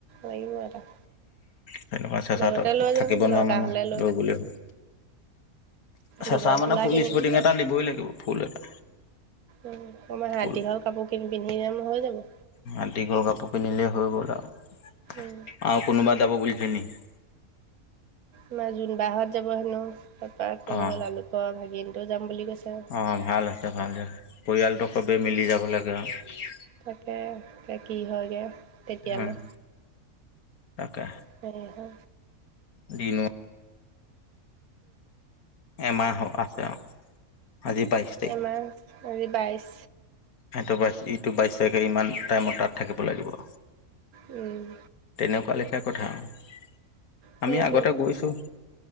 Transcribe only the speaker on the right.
লাগিব এটা।
বেগতে লৈ
যাম
দৰকাৰ
হ'লে ল'ম
দীঘল
চোলা
কিনিম
উম, অকমান হাত
দীঘল কাপোৰ কিনি পিন্ধি যাম হৈ যাব।
উম।
আমাৰ জোনবাহঁত যাব হেনো, তাৰপৰা আকৌ
লালুকৰ ভাগিনটো যাম বুলি কৈছে।
তাকে, এতিয়া কি হয়গে তেতিয়ালৈ।
<unintelligible>
এমাহ, আজি বাইশ।
উম।
সেইটোৱে